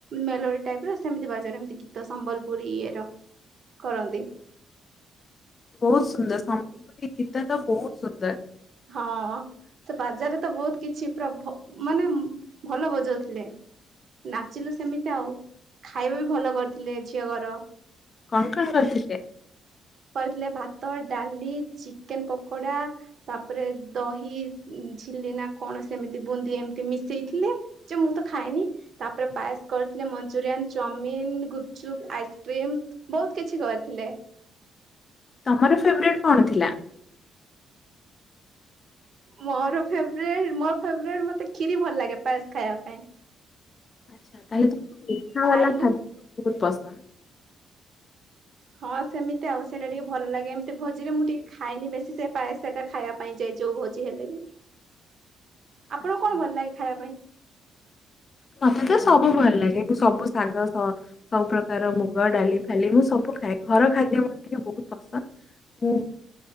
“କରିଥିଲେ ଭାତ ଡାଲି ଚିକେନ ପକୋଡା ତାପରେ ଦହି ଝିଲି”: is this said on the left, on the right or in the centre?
Right